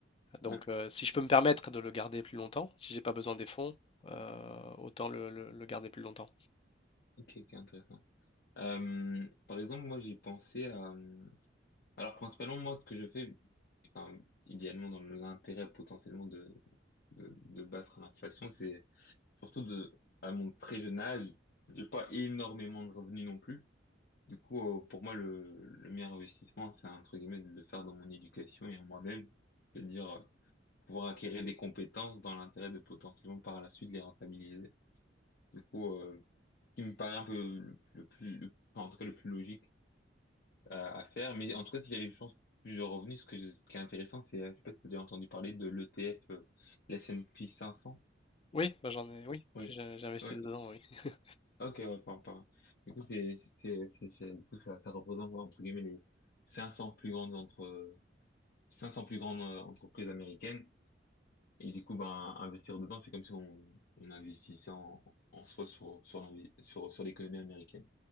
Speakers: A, on the left; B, on the left.
A: Donc,
B: ouais.
A: euh, si je peux me permettre de le garder plus longtemps, si j'ai pas besoin des fonds, euh, autant le, le- le garder plus longtemps.
B: Ok, ok, intéressant. Euh, par exemple, moi, j'ai pensé à. euh, Alors, principalement, moi, ce que je fais, enfin, idéalement, dans l'intérêt potentiellement de, de de battre l'inflation, c'est surtout de, à mon très jeune âge, j'ai pas énormément de revenus non plus. Du coup, euh, pour moi, le, le meilleur investissement, c'est entre guillemets de le faire dans mon éducation et en moi-même. C'est-à-dire euh, pouvoir acquérir des compétences dans l'intérêt de potentiellement par la suite les rentabiliser. Du coup, euh, ce qui me paraît un peu le, le plus, le- enfin, en tout cas le plus logique à, à faire. Mais en tout cas, si j'avais eu chance plusieurs revenus, ce que je- ce qui est intéressant, c'est, euh, je sais pas si tu as déjà entendu parler de l'ETF, euh, l'S&P 500.
A: Oui, bah j'en ai, oui,
B: Oui.
A: j'ai j'ai investi
B: Oui.
A: dedans, oui. <laughs>
B: Ok, ouais, pardon, pardon. Du coup, c'est, c'est, c'est, c'est- du coup, ça, ça représente, entre guillemets, les 500 plus grandes entre, 500 plus grandes euh, entreprises américaines. Et du coup, ben, investir dedans, c'est comme si on, on investissait en, en soi sur, sur, l'invi- sur, sur l'économie américaine.